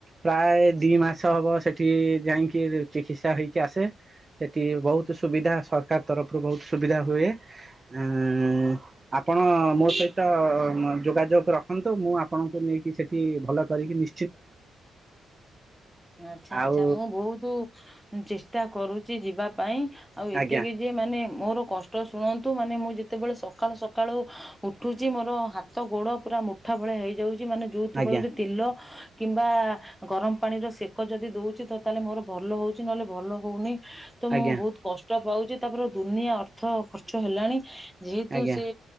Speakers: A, on the right; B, in the centre.
A: ପ୍ରାୟ ଦି ମାସ ହବ ସେଠି ଯାଇକି ଚିକିତ୍ସା ହେଇକି ଆସେ। ସେଠି ବହୁତ୍ ସୁବିଧା ସରକାର ତରଫରୁ ବହୁତ୍ ସୁବିଧା ହୁଏ। <inaudible> ଆପଣ ମୋ ସହିତ ଯୋଗାଯୋଗ ରଖନ୍ତୁ ମୁଁ ଆପଣଙ୍କୁ ନେଇ ସେଠି ଭଲ କରିକି ନି
B: ଆଚ୍ଛା
A: ଆଉ
B: ଆଚ୍ଛା ମୁଁ ବହୁତ୍ ଚେଷ୍ଟା କରୁଛି ଯିବା ପାଇଁ ଆଉ ଏତିକି
A: ଆଜ୍ଞା
B: ଯେ ମାନେ ମୋର କଷ୍ଟ୍ କଷ୍ଟ ଶୁଣନ୍ତୁ ମାନେ ମୁଁ ଯେତେବେଳେ ସକାଳୁ ସକାଳୁ ଉଠୁଛି ମୋର ହାତ ଗୋଡ ପୁରା ମୁଠା ଭଳିଆ ହେଇଯାଉଛି ମାନେ ଯୋଉଥି
A: ଆଜ୍ଞା
B: ଫଳରେ ତେଲ କିମ୍ବା ଗରମ ପାଣିର ସେକ ଯଦି ଦଉଛି ତ ତାହେଲେ ମୋର ଭଲ ହଉଛି ନହେଲେ ଭଲ ହଉନି। ତ
A: ଆଜ୍ଞା
B: ମୁଁ ବହୁତ୍ କଷ୍ଟ ପାଉଛି ତାପରେ ଦୁନିଆ ଅର୍ଥ ଖର୍ଚ୍ଚ ହେଲାଣି ଯେହେତୁ
A: ଆଜ୍ଞା
B: ସେ